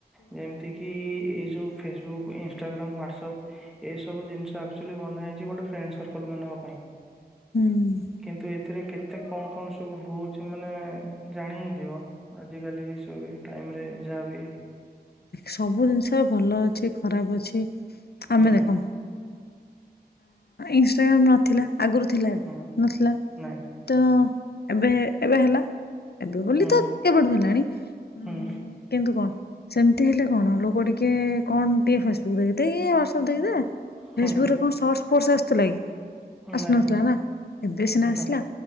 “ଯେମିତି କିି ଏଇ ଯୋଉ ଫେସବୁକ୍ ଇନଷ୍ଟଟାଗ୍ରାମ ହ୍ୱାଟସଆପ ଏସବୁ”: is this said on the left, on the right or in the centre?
Centre